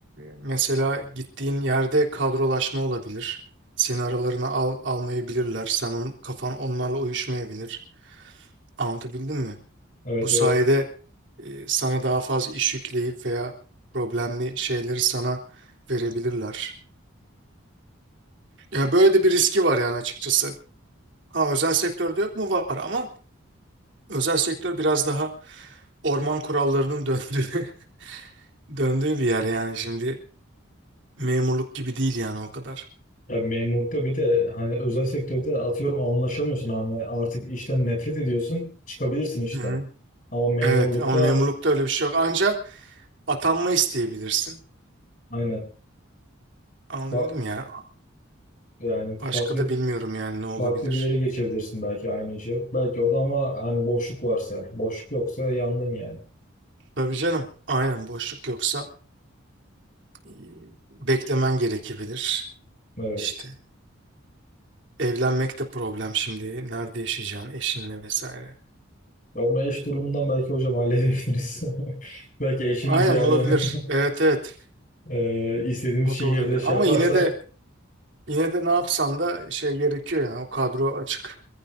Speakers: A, on the right; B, on the left.
A: mesela gittiğin yerde kadrolaşma olabilir. Seni aralarına al, almayabilirler. Sen on, kafan onlarla uyuşmayabilir. Anlatabildim mi?
B: Evet
A: Bu sayede
B: evet.
A: e, sana daha fazla iş yükleyip veya problemli şeyleri sana verebilirler. Yani böyle de bir riski var yani açıkçası. Ha özel sektörde yok mu? Var ama özel sektör biraz daha orman kurallarının döndüğü <laughs> döndüğü bir yer yani şimdi Memurluk gibi değil yani o kadar.
B: Ya memurlukta bir de hani özel sektörde atıyorum anlaşamıyorsun hani artık işten nefret ediyorsun çıkabilirsin işten.
A: Hı hı.
B: Ama memurlukta
A: Evet ama memurlukta öyle bir şey yok. Anca atanma isteyebilirsin.
B: aynen
A: Anlatabildim
B: Fa-
A: mi ya.
B: yani
A: Başka
B: farklı
A: da bilmiyorum yani ne olabilir.
B: farklı bir yere geçebilirsin belki aynı işe. Belki o da ama hani boşluk varsa boşluk yoksa yandın yani.
A: Tabii canım. Aynen boşluk yoksa e, beklemen gerekebilir.
B: Evet.
A: İşte evlenmek de problem şimdi. Nerede yaşayacaksın eşinle vesaire.
B: Ya ona eş durumundan belki hocam halledebiliriz. <laughs> Belki eşimiz
A: Aynen
B: yani
A: olabilir. Evet evet.
B: <laughs> e, istediğimiz
A: O
B: şehirde
A: da olabilir.
B: şey
A: Ama
B: yaparsa.
A: yine de yine de ne yapsan da şey gerekiyor yani o kadro açık